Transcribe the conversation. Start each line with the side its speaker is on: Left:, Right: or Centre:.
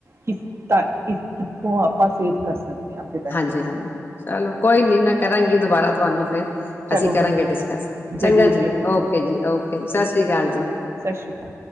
Right: ਕਿਸ <unintelligible> ਕਿੱਥੋਂ ਆਪਾਂ ਸੇਫ ਕਰ ਸਕਦੇ ਆਪਦੇ ਪੈਸੇ
Left: ਹਾਂਜੀ ਹਾਂ ਚਲੋ ਕੋਈ ਨੀ ਮੈਂ ਕਰਾਂਗੀ ਦੁਬਾਰਾ ਤੁਹਾਨੂੰ ਫੇਰ
Right: ਚਲੋ
Left: ਅਸੀਂ ਕਰਾਂਗੇ
Right: ਵਧ-
Left: ਡਿਸਕਸ
Right: ਜ਼ਰੂਰ
Left: ਚੰਗਾ ਜੀ
Right: ਜ਼ਰੂਰ
Left: ਓਕੇ
Right: ਜ਼ਰੂਰ
Left: ਜੀ ਓਕੇ ਜੀ ਸਤਿ ਸ੍ਰੀ ਅਕਾਲ ਜੀ
Right: ਸ਼੍ਰੀ ਅਕਾਲ ਸਤਿ ਸ਼੍ਰੀ ਅਕਾਲ